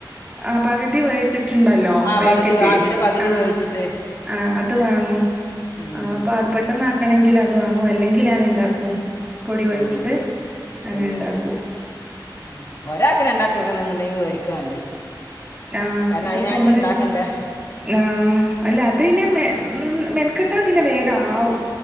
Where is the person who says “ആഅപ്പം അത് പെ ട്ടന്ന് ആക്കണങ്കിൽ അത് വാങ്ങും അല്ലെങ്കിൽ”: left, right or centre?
Right